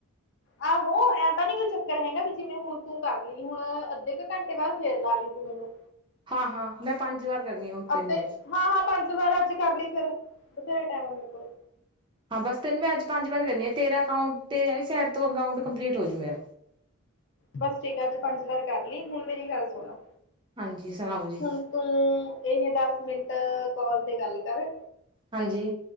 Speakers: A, on the left; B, on the right.
A: ਆਹੋ ਐਂ ਤਾਂ ਨੀ ਕੋਈ ਚੱਕਰ ਹੈਗਾ ਵੀ, ਜਿਵੇਂ ਹੁਣ ਤੂੰ ਕਰ ਲਈ ਹੁਣ ਅੱਧੇ ਕੁ ਘੰਟੇ ਬਾਅਦ ਫੇਰ ਲਾ ਲਈ ਤੂੰ ਮੈਨੂੰ
B: ਹਾਂ ਹਾਂ ਮੈਂ ਪੰਜ ਵਾਰ ਕਰਨੀ ਆ ਹੁਣ ਤੈਨੂੰ
A: ਅੱਧੇ ਹਾਂ-ਹਾਂ ਪੰਜ ਵਾਰ ਅੱਜ ਕਰ ਲਈ ਫੇਰ, ਬਥੈਰਾ ਟਾਈਮ ਐ ਮੇਰੇ ਕੋਲ,
B: ਹਾਂ ਬਸ ਤੈਨੂੰ ਮੈਂ ਅੱਜ ਪੰਜ ਵਾਰ ਕਰਨੀ ਆ ਤੇਰਾ ਅਕਾਊਂਟ ਤੇਰੇ ਵਾਲੀ ਸਾਈਡ ਤੋਂ ਅਕਾਊਂਟ ਕੰਪਲੀਟ ਹੋਜੂ ਮੇਰਾ,
A: ਬਸ ਠੀਕ ਅੱਜ ਪੰਜ ਵਾਰ ਕਰ ਲਈ ਹੁਣ ਮੇਰੀ ਗੱਲ ਸੁਣੋ।
B: ਹਾਂਜੀ ਸੁਣਾਓ ਜੀ
A: ਹੁਣ ਤੂੰ ਇਹ ਦਸ ਮਿੰਟ ਕਾਲ ਤੇ ਗੱਲ ਕਰ।
B: ਹਾਂਜੀ